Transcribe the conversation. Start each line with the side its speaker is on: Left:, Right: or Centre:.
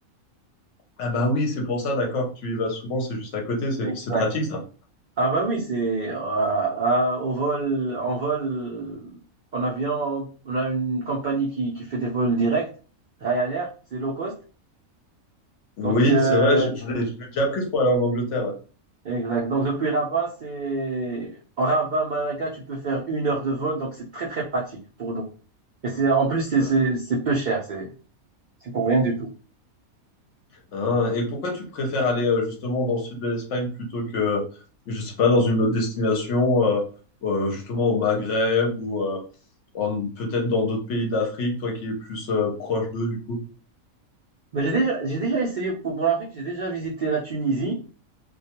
Left: Ah bah oui, c'est pour ça, d'accord, que tu y vas souvent, c'est juste à côté, c'est
Right: Exact.
Left: c'est pratique ça.
Right: Ah ben oui, c'est euh, à- au vol, en vol, en avion, on a une compagnie qui, qui fait des vols directs, Ryanair, c'est low cost.
Left: Oui,
Right: Donc, euh,
Left: c'est vrai, je, je l'ai je l'ai déjà prise pour aller en Angleterre.
Right: Exact. Donc depuis Rabat, c'est en Rabat, Malaga, tu peux faire une heure de vol, donc c'est très très pratique pour nous. Et c'est en plus c'est
Left: ouais.
Right: c'est c'est peu cher, c'est c'est pour rien du tout.
Left: Hein, et pourquoi tu préfères aller euh, justement dans le sud de l'Espagne plutôt que, je sais pas, dans une autre destination, euh, euh, justement au Maghreb ou euh, en- peut-être dans d'autres pays d'Afrique, toi qui es plus euh, proche d'eux du coup?
Right: Mais j'ai déjà j'ai déjà essayé pour, pour l'Afrique, j'ai déjà visité la Tunisie,